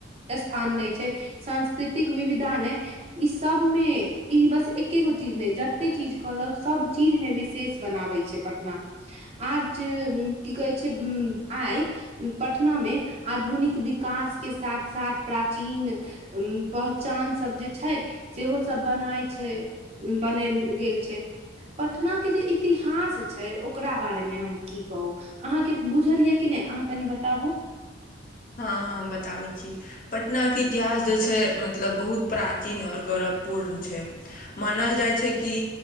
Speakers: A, on the right; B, on the left.
A: स्थान नहि छै सांस्कृतिक विविधा नहि ई सबमे ई बस एकगो चीज नहि जते चीज सभ चीजमे विशेष। बनाबै छै पटना। आज की कहै छै उत्तम आइ पटनामे आधुनिक विकासके साथ-साथ प्राचीन उम्म पहचानसब जे छै, सेहोसब बनाय छै बनेल गेल छै। पटनाके जे इ- -तिहास छै, ओकरा बारेमे हम की कहू। अहाँके बुझल यए कि नहि? अहाँ कनि बताबू।
B: हँ हँ, हम बताबै छी। पटनाके इतिहास जे छै मतलब बहुत प्राचीन आओर गौरवपूर्ण छै। मानल जाइ छै कि